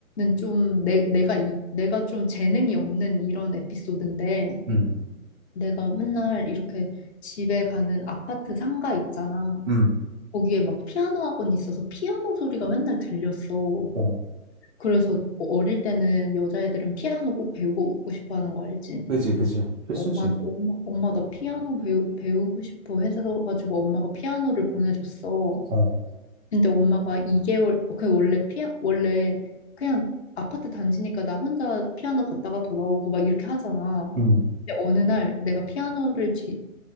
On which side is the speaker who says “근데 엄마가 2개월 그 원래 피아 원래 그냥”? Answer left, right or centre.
Left